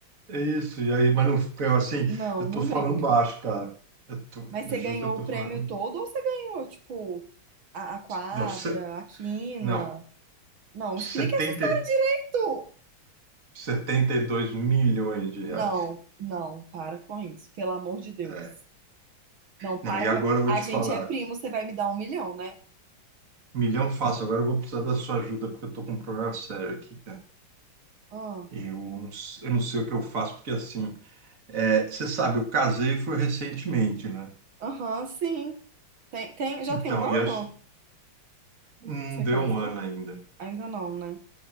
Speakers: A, on the right; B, on the right.
A: É, é isso. E aí, mas não, meu, assim,
B: Não,
A: eu
B: não
A: tô falando
B: brinca.
A: baixo, cara. Eu tô,
B: Mas
A: eu
B: você
A: juro
B: ganhou
A: que eu tô
B: o prêmio
A: falando.
B: todo ou você ganhou, tipo, a, a quadra,
A: Não, se,
B: a quina?
A: não.
B: Não,
A: 70,
B: explica essa história
A: e-
B: direito!
A: 72 milhões de
B: Não,
A: reais.
B: não, para com isso, pelo amor de Deus.
A: É.
B: Não,
A: Não,
B: para
A: e agora
B: com
A: eu vou
B: A
A: te
B: gente
A: falar.
B: é primo, você vai me dar um milhão, né?
A: Milhão fácil. Agora eu vou precisar da sua ajuda porque eu tô com um problema sério aqui, cara.
B: Ah,
A: Eu não, s- eu não sei o que eu faço porque assim, é, você sabe, eu casei foi recentemente, né?
B: Aham, sim. Tem, tem, já
A: Então,
B: tem um ano
A: e acho, não
B: que você
A: deu
B: casou?
A: um ano ainda.
B: Ainda não, né?